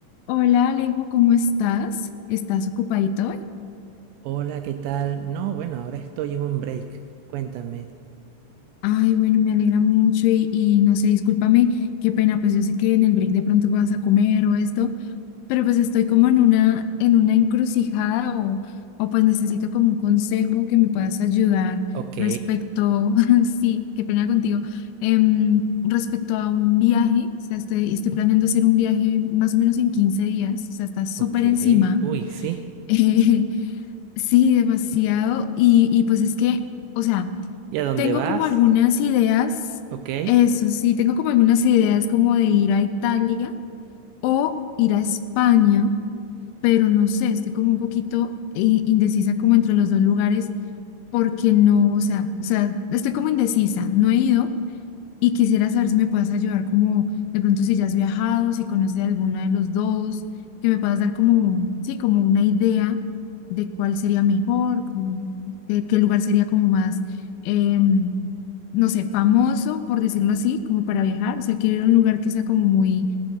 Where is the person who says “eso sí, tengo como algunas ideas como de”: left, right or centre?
Left